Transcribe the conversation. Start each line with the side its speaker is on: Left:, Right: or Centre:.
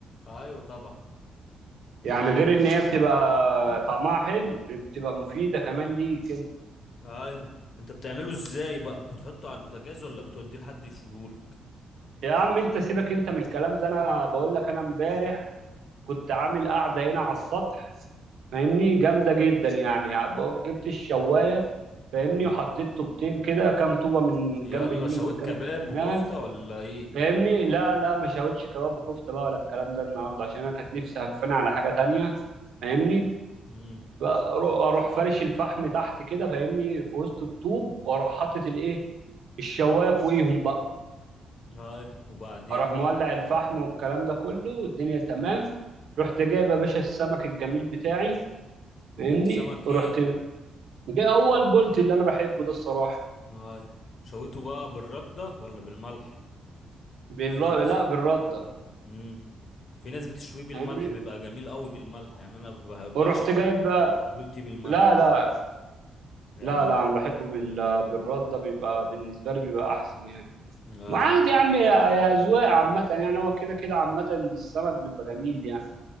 Left: ايوه طبعا انت
Right: يعني
Left: بتع...
Right: غير ان هي بتبقى طعمها حلو بتبقى مفيدة كمان ليك انت
Left: ايوه انت بتعمله ازاي بقى بتحطه على البوتاجاز ولا بتوديه لحد يشوهولك
Right: يا عم انت سيبك انت من الكلام ده انا بقول لك انا امبارح كنت عامل قاعدة هنا على السطح فاهمني جامدة جدا يعني جبت الشواية فاهمني
Left: مم.
Right: وحطيت طوبتين كده كام طوبة من
Left: يلا
Right: جنب اليمين
Left: شويت
Right: ومن جنب
Left: كباب
Right: الشمال
Left: وكفتة ولا ايه
Right: فاهمني لا لا ما شاوتش كباب وكفتة بقى ولا الكلام ده النهاردة عشان أنا كانت نفسي هفاني على حاجة تانية فاهمني
Left: امم
Right: فأروح فرش الفحم تحت كده فاهمني في وسط الطوب وأروح حاطط الإيه الشواية فوقيهم بقى
Left: ايوه وبعدين
Right: اروح مولع
Left: بقى
Right: الفحم والكلام ده كله والدنيا تمام رحت جايب يا باشا السمك الجميل بتاعي فاهمني
Left: جبت سمك
Right: رحت
Left: ايه
Right: جاي اول بولت اللي انا بحبه ده الصراحه
Left: ايوه شويته بقى بالردة ولا بالملح
Right: بال...
Left: في ناس
Right: لا بالرده
Left: امم في ناس بتشويه بالملح
Right: فاهمني
Left: بيبقى جميل قوي بالملح يعني انا ب-
Right: ورحت
Left: بعشق
Right: جايب بقى
Left: بولتي بالملح
Right: لا لا
Left: يعني
Right: لا لا انا بحبه بال... بالرده بيبقى بالنسبه لي بيبقى احسن يعني
Left: اي
Right: ما عادي يا عم يا يا اذواق عامه يعني هو كده كده عامه السمك بيبقى جميل يعني